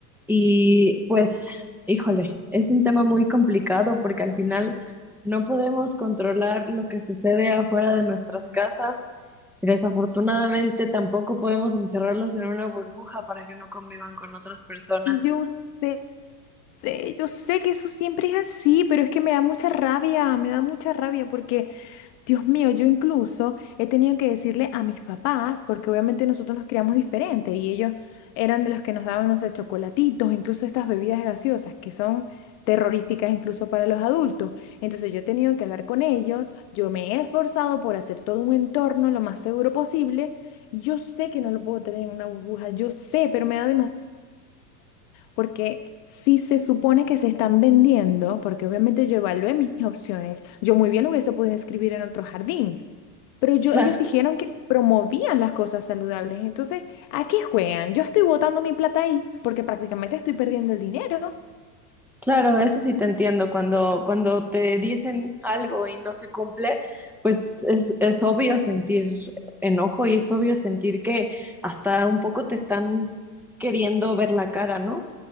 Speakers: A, in the centre; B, on the left.
A: y pues, híjole, es un tema muy complicado porque al final no podemos controlar lo que sucede afuera de nuestras casas. y Desafortunadamente, tampoco podemos encerrarlos en una burbuja para que no convivan con otras personas.
B: Yo sé, Sí, yo sé que eso siempre es así, pero es que me da mucha rabia, me da mucha rabia porque Dios mío, yo incluso he tenido que decirle a mis papás, porque obviamente nosotros nos criamos diferente y ellos eran de los que nos daban, no sé, chocolatitos, incluso estas bebidas gaseosas que son terroríficas incluso para los adultos. Entonces yo he tenido que hablar con ellos, yo me he esforzado por hacer todo un entorno lo más seguro posible y yo sé que no lo puedo tener en una burbuja, yo sé, pero me da demasiado porque si se supone que se están vendiendo, porque obviamente yo evalué mis opciones, yo muy bien lo hubiese podido escribir en otro jardín, pero yo,
A: Claro,
B: ellos dijeron que promovían las cosas saludables, entonces, ¿a qué juegan? Yo estoy botando mi plata ahí porque prácticamente estoy perdiendo el dinero.
A: claro, eso sí te entiendo. Cuando, cuando te dicen algo y no se cumple, pues es, es obvio sentir enojo y es obvio sentir que hasta un poco te están queriendo ver la cara, ¿no?